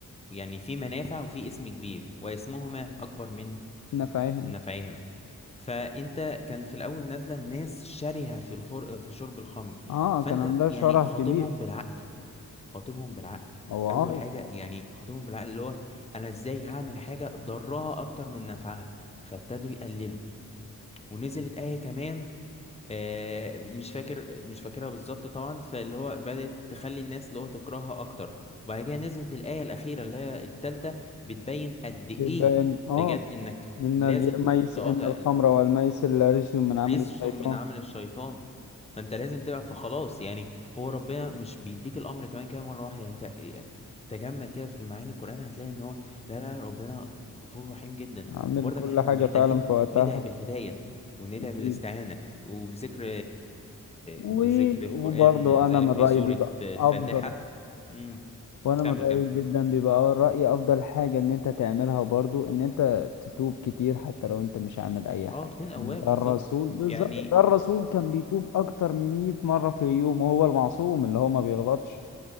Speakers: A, on the left (about 20°); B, on the left (about 65°).
A: يعني في منافع وفي اسم كبير واسمهما أكبر من
B: <clears throat> انا فاهم
A: نفعهما فأنت كان في الأول نازلة الناس شرهة في الخر... في شرب الخمر
B: اه
A: فأنت
B: كان عندها
A: يعني
B: شرح
A: خاطبهم
B: كبير
A: بالعقل خاطبهم بالعقل
B: هو
A: اول
B: اه
A: حاجه يعني خاطبهم بالعقل اللي هو انا ازاي هعمل حاجه ضرها اكتر من نفعها فابتدوا يقللوا ونزلت ايه كمان آه، مش فاكر مش فاكرها بالظبط طبعا فاللي هو بدأت تخلي الناس اللي هو تكرهها اكتر وبعد كده نزلت الآية الأخيرة اللي هي التالتة بتبين قد
B: بيبان
A: ايه
B: اه
A: بجد انك
B: إن
A: لازم
B: الميس
A: تقاطع
B: إن الخمر والميسر رجس من عمل
A: رزق
B: الشيطان
A: من عمل الشيطان فانت لازم تبقى فخلاص يعني هو ربنا مش بيديك الامر كمان كده مره واحده يعني انت تجمل كده في معاني القران هتلاقي ان هو لا لا لا، ربنا غفور رحيم جدا
B: عامل
A: وبرضك
B: كل
A: احنا
B: حاجة
A: محتاجين
B: فعلا في وقتها
A: ندعي بالهدايه وندعي
B: أكيد
A: بالاستعانه وبذكر بذكر
B: و...
A: القران
B: وبرضه
A: ذلك
B: أنا من رأيي
A: في سوره
B: بيبقى
A: الفاتحه
B: أفضل
A: امم
B: وأنا من
A: كمل
B: رأيي
A: كمل
B: جدا بيبقى رأيي أفضل حاجة إن أنت تعملها برضه إن أنت تتوب كتير حتى لو أنت مش عامل أي
A: اه
B: حاجة
A: تكون
B: يعني
A: اواب
B: ده
A: بالظبط
B: الرسول بالظبط
A: يعني
B: ده الرسول كان بيتوب أكتر من مية مرة في اليوم وهو المعصوم اللي هو ما بيغلطش